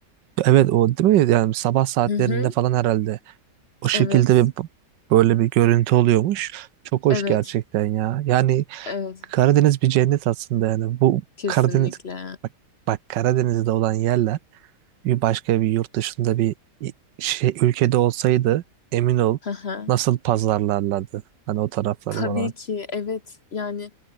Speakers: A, on the right (about 85°); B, on the left (about 45°).
A: evet o değil mi? Yani sabah saatlerinde
B: Hı hı.
A: falan herhalde o şekilde
B: Evet.
A: bir böyle bir görüntü oluyormuş. Çok hoş
B: Evet.
A: gerçekten ya. Yani
B: Evet.
A: Karadeniz bir cennet aslında yani. Bu
B: Kesinlikle.
A: Karadeniz bak, bak Karadeniz'de olan yerler bir başka bir yurt dışında bir i- şey ülkede olsaydı emin ol
B: Hı hı.
A: nasıl pazarlarlardı hani o tarafları
B: Tabii
A: falan.
B: ki evet yani